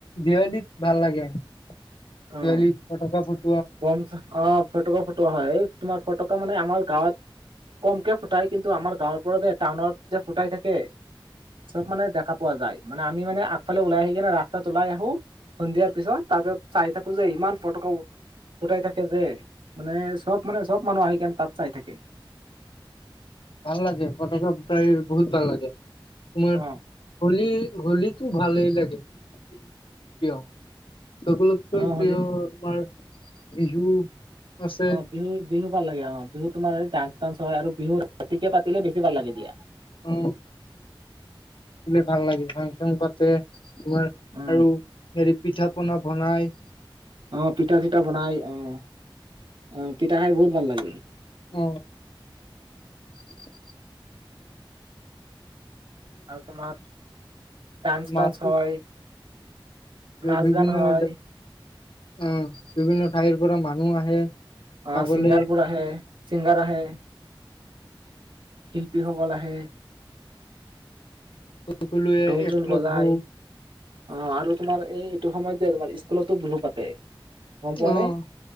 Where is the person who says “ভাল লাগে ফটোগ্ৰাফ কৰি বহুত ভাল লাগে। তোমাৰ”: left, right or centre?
Left